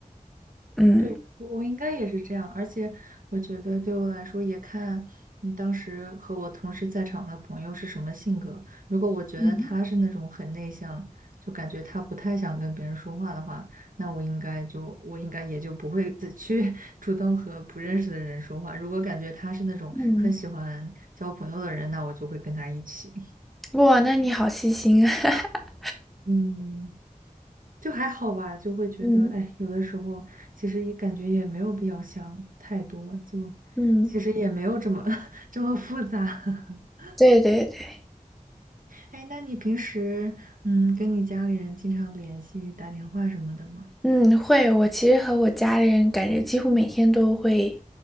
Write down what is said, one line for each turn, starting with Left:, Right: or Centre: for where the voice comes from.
Centre: 嗯
Right: 对，我应该也是这样，而且我觉得对我来说也看你当时和我同时在场的朋友是什么性格。如果我觉得他是那种很内向，
Centre: 嗯
Right: 就感觉他不太想跟别人说话的话，那我应该就我应该也就不会再去 <laughs> 主动和不认识的人说话。如果感觉他是那种很喜欢交朋友的人，
Centre: 嗯，
Right: 那我就会跟他一起。
Centre: 哇，那你好细心啊。<laughs>
Right: 嗯。就还好吧，就会觉得，
Centre: 嗯
Right: 哎，有的时候其实也感觉也没有必要想太多，就
Centre: 嗯，
Right: 其实也没有这么 <laughs> 这么复杂。<laughs>
Centre: 对对对，
Right: 哎，那你平时嗯跟你家里人经常联系、打电话什么的吗？
Centre: 嗯，会。我其实和我家里人感觉几乎每天都会